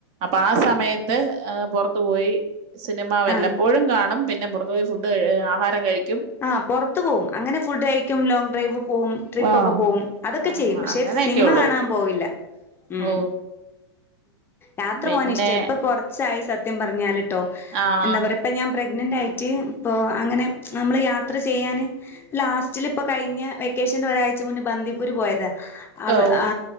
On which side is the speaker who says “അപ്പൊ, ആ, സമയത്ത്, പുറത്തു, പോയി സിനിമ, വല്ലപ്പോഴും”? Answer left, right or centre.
Right